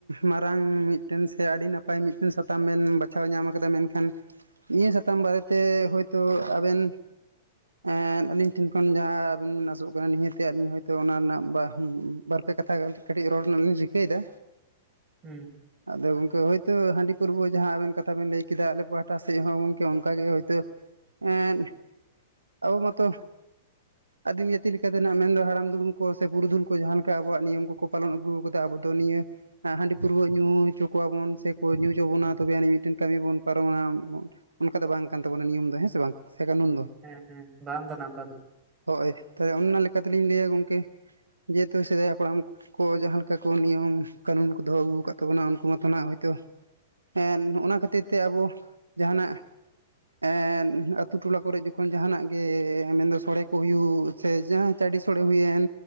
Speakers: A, on the right; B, on the right.
A: ᱢᱟᱨᱟᱝ ᱢᱤᱫᱴᱮᱱ ᱥᱮ ᱟᱰᱤ ᱱᱟᱯᱟᱭ ᱢᱤᱫᱴᱮᱱ ᱥᱟᱛᱟᱢ ᱢᱮᱱ ᱵᱟᱪ ᱪᱷᱟ ᱧᱟᱢ ᱠᱟᱫᱟ ᱢᱮᱱᱠᱷᱟᱱ ᱱᱤᱭᱟ ᱥᱟᱛᱟᱢ ᱵᱟᱨᱮ ᱛᱮ ᱦᱳᱭᱛᱳ ᱟᱵᱮᱱ ᱮ ᱟᱞᱤᱧ ᱴᱷᱮᱱ ᱠᱷᱚᱱ ᱡᱟᱦᱟ ᱟᱵᱮᱱ ᱵᱤᱱ ᱟᱥᱚᱜ ᱠᱟᱱᱟ ᱱᱤᱦᱟᱹᱛ ᱟᱞᱤᱧ ᱦᱚᱭᱛᱳ ᱚᱱᱟ ᱨᱮᱱᱟᱜ ᱵᱟ ᱵᱟᱨᱯ ᱠᱟᱛᱷᱟ ᱠᱟᱹᱴᱤᱡ ᱨᱚᱲ ᱨᱮᱱᱟᱜ ᱞᱤᱧ ᱨᱤᱠᱟᱹᱭᱮᱫᱟ᱾
B: ᱦᱮᱸ
A: ᱟᱫᱚ ᱜᱚᱝᱠᱮ ᱦᱳᱭᱛᱳ ᱦᱟᱺᱰᱤ ᱯᱟᱹᱨᱣᱟᱹ ᱢᱟᱦᱟᱸ ᱟᱵᱮᱱ ᱠᱟᱛᱷᱟ ᱵᱮᱱ ᱞᱟᱹᱭ ᱠᱮᱫᱟ ᱟᱞᱮ ᱯᱟᱦᱴᱟ ᱥᱮᱫ ᱦᱚ ᱜᱚᱝᱠᱮ ᱚᱱᱠᱟᱜᱮ ᱦᱳᱭᱛᱳ ᱮᱸᱫ ᱟᱵᱚ ᱢᱟᱛᱚ ᱟᱫᱤ ᱱᱤᱭᱟᱛᱤ ᱞᱮᱠᱟ ᱛᱮᱱᱟᱜ ᱢᱮᱱᱫᱚ ᱦᱟᱲᱟᱢ ᱫᱩᱲᱩᱢ ᱠᱚ ᱥᱮ ᱯᱩᱨᱩᱫᱷᱩᱞ ᱠᱚ ᱡᱟᱦᱟ ᱞᱮᱠᱟ᱾ ᱟᱵᱚᱣᱟᱜ ᱱᱤᱭᱚᱢ ᱠᱚᱠᱚ ᱯᱟᱞᱚᱱ ᱟᱹᱜᱩ ᱟᱠᱟᱫᱟ ᱟᱵᱚ ᱫᱚ ᱱᱤᱭᱟᱹ ᱦᱟᱺᱰᱤ ᱯᱟᱹᱣᱨᱟᱹ ᱧᱩ ᱦᱚᱪᱚ ᱠᱚᱣᱟᱵᱚᱱ ᱥᱮᱠᱚ ᱧᱩ ᱦᱚᱪᱚ ᱵᱚᱱᱟ ᱛᱚᱵᱮ ᱟᱱᱤᱡ ᱢᱤᱫᱴᱮᱱ ᱠᱟᱹᱢᱤ ᱵᱚᱱ ᱯᱟᱨᱚᱢᱟ ᱚᱱᱠᱟ ᱫᱚ ᱵᱟᱝ ᱠᱟᱱ ᱛᱟᱵᱚᱱᱟ ᱱᱤᱭᱚᱢ ᱫᱚ ᱦᱮ ᱥᱮ ᱵᱟᱝ ᱥᱮ ᱠᱟᱱᱩᱱ ᱫᱚ
B: ᱦᱮᱸ ᱦᱮᱸ ᱵᱟᱝ ᱠᱟᱱᱟ ᱚᱱᱠᱟ ᱫᱚ
A: ᱦᱳᱭ ᱛᱚᱵᱮ ᱚᱱᱟ ᱞᱮᱠᱟ ᱛᱤᱞᱤᱧ ᱞᱟᱹᱭᱟ ᱜᱚᱝᱠᱮ ᱡᱮᱦᱮᱛᱩ ᱥᱮᱫᱟᱭᱟᱜ ᱠᱚᱲᱟᱢ ᱠᱚ ᱡᱟᱦᱟ ᱞᱮᱠᱟ ᱠᱚ ᱱᱤᱭᱚᱢ ᱠᱟᱱᱩᱱ ᱠᱚ ᱫᱚᱦᱚ ᱟᱜᱩ ᱟᱠᱟᱫ ᱛᱟᱵᱚᱱᱟ ᱩᱱᱠᱩ ᱢᱟᱛᱚ ᱱᱟᱦᱟᱜ ᱦᱳᱭᱛᱚ ᱦᱮᱱ ᱚᱱᱟ ᱠᱷᱟᱹᱛᱤᱨ ᱛᱮ ᱟᱵᱚ ᱡᱟᱦᱟᱱᱟᱜ ᱮᱱ ᱟᱛᱳ ᱴᱚᱞᱟ ᱠᱚᱨᱮ ᱡᱚᱠᱷᱚᱱ ᱡᱟᱦᱟᱱᱟᱜ ᱜᱮ ᱢᱮᱱᱫᱚ ᱥᱚᱲᱮ ᱠᱚ ᱦᱩᱭᱩᱜ ᱥᱮ ᱡᱟᱦᱟ ᱪᱟᱰᱤ ᱥᱳᱲᱮ ᱦᱩᱭᱮᱱ